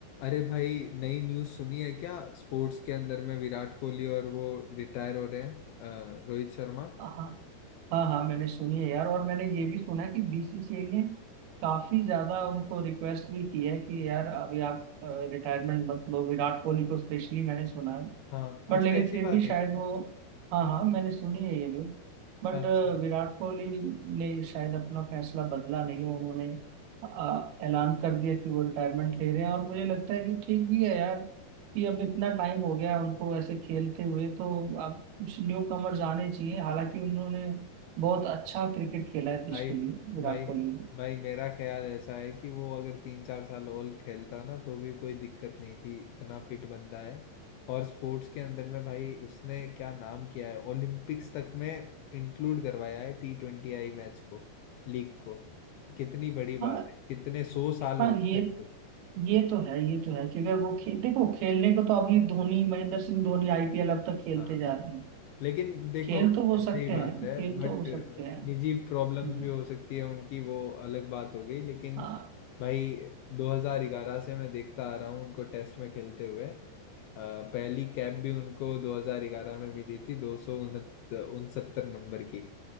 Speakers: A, on the left; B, on the right.
A: अरे भाई नई न्यूज़ सुनी है क्या स्पोर्ट्स के अंदर में विराट कोहली और वो रिटायर हो रहे हैं अ, रोहित शर्मा
B: हाँ हाँ हाँ हाँ, मैंने सुनी है यार और मैंने ये भी सुना है कि बीसीसीआई ने काफी ज्यादा उनको रिक्वेस्ट भी की है कि यार अभी आप रिटायरमेंट मत लो विराट कोहली को स्पेशली मैंने सुना है
A: हाँ अच्छा
B: बट लेकिन
A: ऐसी
B: फिर
A: बात
B: भी
A: है
B: शायद
A: क्या
B: वो हाँ हाँ मैंने सुनी है ये न्यूज बट
A: अच्छा
B: विराट कोहली ने शायद अपना फैसला बदला नहीं है उन्होंने अ, ऐलान कर दिया कि वो रिटायरमेंट ले रहे हैं और मुझे लगता है कि ठीक भी है यार कि अब इतना टाइम हो गया उनको ऐसे खेलते हुए तो अब कुछ न्यू कमर्स आने चाहिए हालांकि उन्होंने बहुत अच्छा क्रिकेट खेला है देश
A: भाई
B: के लिए विराट
A: भाई
B: कोहली ने
A: भाई मेरा ख्याल ऐसा है कि वो अगर तीन चार साल और खेलता ना तो भी कोई दिक्कत नहीं थी इतना फिट बंदा है और स्पोर्ट्स के अंदर में भाई उसने क्या नाम किया है ओलंपिक्स तक में इंक्लूड करवाया है टी ट्वेंटी आई मैच को लीग को कितनी बड़ी
B: हाँ
A: बात है कितने सौ साल
B: हाँ
A: हो गए
B: ये
A: लगभग
B: ये तो है ये तो है कि अगर वो खे, देखो खेलने को तो अभी धोनी महेंद्र सिंह धोनी आईपीएल अब तक खेलते
A: हाँ
B: जा रहे हैं
A: लेकिन देखो
B: खेल
A: भाई
B: तो हो
A: सही
B: सकते
A: बात
B: हैं
A: है
B: खेल
A: बट
B: तो हो सकते हैं
A: निजी प्रॉब्लम्स
B: हम्म,
A: भी हो सकती है उनकी वो अलग बात हो गई लेकिन
B: हाँ
A: भाई 2011 से मैं देखता आ रहा हूँ उनको टेस्ट में खेलते हुए अ, पहली कैप भी उनको 2011 में मिली थी दो सौ उनसत्तर नंबर की